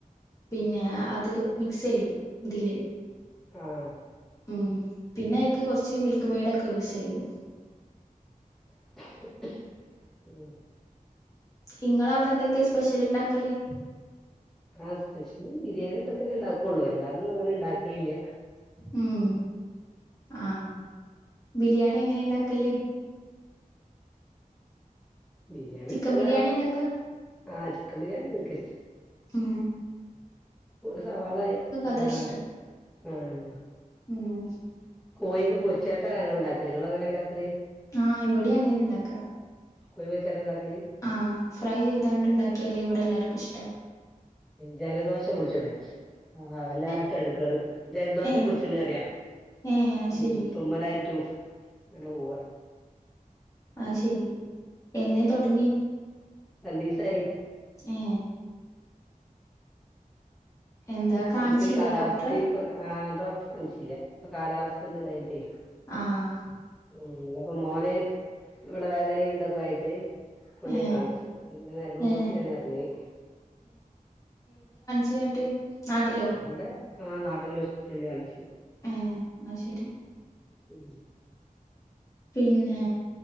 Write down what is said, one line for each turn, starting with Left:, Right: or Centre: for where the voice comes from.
Left: പിന്നെ അത് മിക്സ് ചെയ്യും ഇതില്
Centre: ആഹ്
Left: ഉം പിന്നെ അയ്ക്ക് കൊറച്ച് മിൽക്ക് മെയിഡൊക്കെ യൂസ് ചെയ്യും
Centre: <unintelligible>
Left: നിങ്ങളെ അവിടെ എന്തൊക്കെയാ സ്പെഷ്യല് ഇണ്ടാക്കല്
Centre: ആഹ് സ്പെഷ്യല് ബിരിയാണിം ഇതൊക്കെ ഉണ്ടാക്കുള്ളൂ അല്ലാതൊന്നും അങ്ങനെ ഉണ്ടാക്കേയില്ല
Left: ഉം ആ ബിരിയാണി എങ്ങനെ ഉണ്ടാക്കൽ
Centre: ബിരിയാണി
Left: ചിക്കൻ
Centre: സാത
Left: ബിരിയാണി ഉണ്ടാക്ക
Centre: ആ ചിക്കൻ ബിരിയാണിയാണ് എനിക്ക് ഇഷ്ടം
Left: ആ
Centre: സവാളായി
Left: അതാ
Centre: ആഹ്
Left: ഇഷ്ടം
Centre: ആഹ്
Left: ഉം
Centre: കോയൊക്കെ പൊരിച്ചാട്ടാ നങ്ങൾ ഇണ്ടാക്കൽ നിങ്ങൾ എങ്ങനെ ഉണ്ടാക്കൽ
Left: ആഹ് ഇവടിം അങ്ങനെ ഇണ്ടാക്ക
Centre: കോയി പൊരിചാട്ടാണ്ടാക്കല്
Left: ആ ഫ്രൈ ചെയ്താണ്ട് ഇണ്ടാക്കിയാലെ ഇവിടെ എല്ലാർക്കും ഇഷ്ടം
Centre: ജയലദോഷം പുടിച്ച്ണെ ആഹ് വല്ലാത്ത
Left: ഏഹ്
Centre: എടങ്ങേറ് ജലദോഷം
Left: ഏഹ്
Centre: പുടിച്ച്ണ് പറയ
Left: ഏഹ് അത്
Centre: ഉം
Left: ശരി
Centre: തുമ്മലായിട്ടും അങ്ങനെ പോവ
Left: അയ് ശരി എന്നെ തൊടങ്ങി
Centre: രണ്ടീസായി
Left: ഏ എന്താ കാണിച്ചില്ലേ
Centre: ഇപ്പൊ ഈ കാലാവസ്ഥ
Left: ഡോക്ടറെ
Centre: ഇപ്പ ആ ഡോക്ട കാണിച്ചില്ല ഇപ്പൊ കാലാവസ്ഥന്റെ ഇതായിട്ടേ
Left: ആഹ്
Centre: ഉം പിന്നപ്പം മോന് ഇവിടെ വേദനയും ഇതൊക്കെ ആയിട്ട് കൊണ്ടോയി
Left: ഏഹ്
Centre: കാണിച്ചു ഞരമ്പുപൊട്ടിയാണ്
Left: ഏഹ്
Centre: പറഞ്ഞത്
Left: ട്ട് നാട്ടിലോ
Centre: ഇവിടെ ആ നാട്ടില് ഹോസ്പിറ്റലിൽ കാണിച്ച്
Left: ഏ എന്ന ശരി
Centre: മ്
Left: പിന്നെ